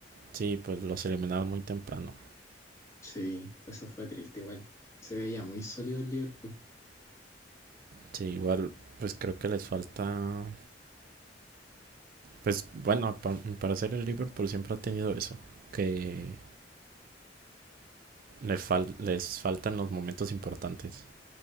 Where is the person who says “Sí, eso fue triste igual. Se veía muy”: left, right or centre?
Left